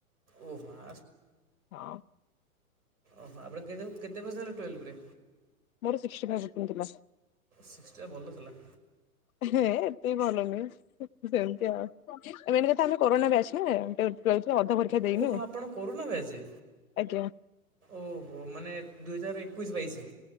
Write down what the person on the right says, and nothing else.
ଓହୋ ଆ
ଓହୋ ଆପଣ କେତେ କେତେ ପସେଣ୍ଟ ହେଲେ ଟୁଏଲଭରେ।
ସିକ୍ସ୍ଟିରେ ଭଲ ଥିଲା
ଓହୋ, ଆପଣ କରୋନା ବ୍ୟାଚ
ଓହୋ ମାନେ ଦୁଇ ହଜାର ଏ ଏକୋଇଶି ବାଇଶି।